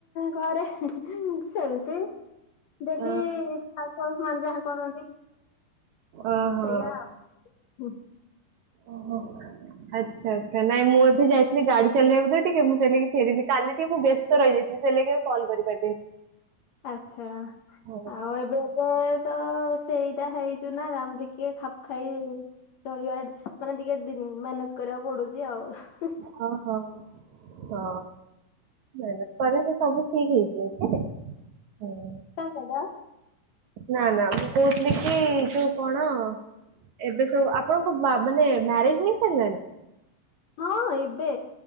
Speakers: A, on the left; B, on the right.
A: ଘରେ ସେମିତି ଡେଲି
B: ଅଁ
A: ହାଉସ୍ ୱାଇଫ୍ ମାନେ ଯାହା କରନ୍ତି।
B: ଓହୋ
A: ସେଇୟା ଆଉ
B: ଓହୋ ଆଚ୍ଛା ଆଚ୍ଛା ନାଇଁ ମୁଁ ଏବେ ଯାଇଥିର୍ଲି ଗାଡି ଚଲେଇବାକୁ ତ ଟିକେ ମୁଁ କହିଲି ଫେରିଲି କାଲି ଟିକେ ମୁଁ ବ ରହିଯାଇଥିଲି ସେଇଲାଗି ଆଉ କଲ କରିପାରିଲିନି
A: ଆଛା
B: ଓହୋ
A: ଆଉ ଏବେ ଏ ତ ସେଇଟା ହେଇଛୁ ନା <unintelligible> ଖାପ୍ ଖାଇ ଚଳିବାରେ ମାନେ ଟିକେ ମ୍ୟାନେଜ କରିବାକୁ ପଡୁଛି ଆଉ
B: ଓହୋ ହଁ ମେହନତ୍ କଲେ ତ ସବୁ ଠିକ୍ ହେଇଯିବ ଯେ, ହଁ
A: ତାଙ୍କର
B: ନାଁ ନାଁ ମୁଁ କହୁଥିଲି କି ଯୋଉ କଣ ଏବେ ସବୁ ଆପଣଙ୍କ ମାନେ ମ୍ୟାରେଜ ହେଇ ସାରିଲାଣି?
A: ହଁ ଏବେ